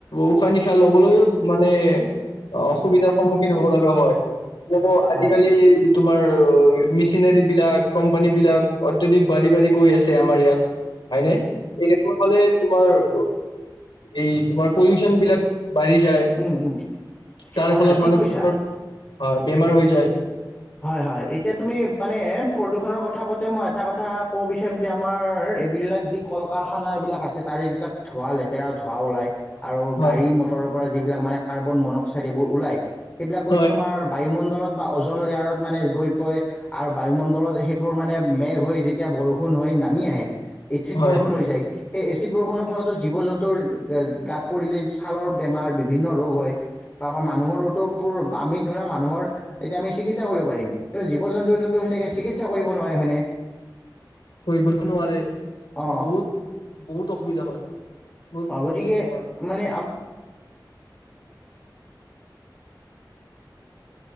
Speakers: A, on the left; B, on the left.
A: উশাহ নিশাহ লবলৈও মানে অসুবিধাৰ সন্মুখীন হ'ব লগা হয়, কিয়নো আজিকালি
B: হয়
A: তোমাৰ মেচিনাৰী বিলাক কোম্পানী বিলাক অত্যাধিক বাঢ়ি বাঢ়ি গৈ আছে আমাৰ ইয়াত। হয় নে এনেকোৱা হ'লে ৰ' এই তোমাৰ পলিউশন বিলাক বাঢ়ি যায়,
B: উম উম
A: তাৰ
B: হয়
A: ফলত
B: হয় ঠিক
A: মানুহ
B: কৈছা
A: হয় বেমাৰ হৈ যায়।
B: হয়, হয় এতিয়া তুমি মানে প্ৰদূষণৰ কথা কওঁতে মই এটা কথা ক'ব বিচাৰিম যে আমাৰ এইবিলাক যি কল কাৰখানা এইবিলাক আছে তাৰে এইবিলাক ধোঁৱা লেতেৰা, ধোঁৱা ওলায়। আৰু
A: হয়
B: গাড়ী মটৰৰ পৰা যিবিলাক মানে কাৰ্বন মনক্সাইড এইবোৰ ওলায়। সেইবিলাক গৈটো
A: হয়
B: তোমাৰ বায়ুমণ্ডল বা অ'জন লেয়াৰত মানে গৈ পয় আৰু বায়ুমণ্ডলত সেইবোৰ মানে মেঘ হৈ যেতিয়া বৰষুণ হৈ নামি আহে। ইচিত
A: হয়
B: বৰষুণ হৈ যায়। সেই এচিড বৰষুণৰ ফলতো জীৱ-জন্তুৰ গাত পৰিলে ছালৰ বেমাৰ বিভিন্ন ৰোগ হয় বা আমাৰ মানুহৰো আমি ধৰা মানুহৰ এতিয়া আমি চিকিৎসা কৰিব পাৰিম। কিন্ত জীৱ-জন্তুটোতোটো সেনেকে চিকিৎ ইচ্ছা কৰিব নোৱাৰে হয়নে।
A: কৰিব নোৱাৰে
B: অ
A: বহুত বহুত অসুবিধা হয় বহুত
B: অ গতিকে
A: মানে তোমাৰ
B: মানে